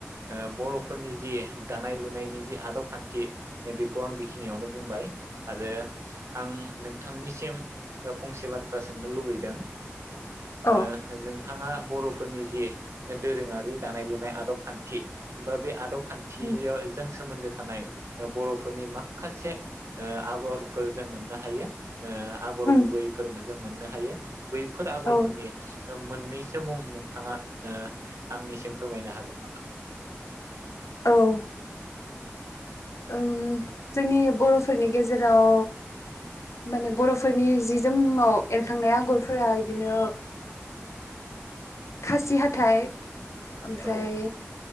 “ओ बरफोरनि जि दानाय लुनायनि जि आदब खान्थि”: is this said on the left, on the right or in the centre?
Right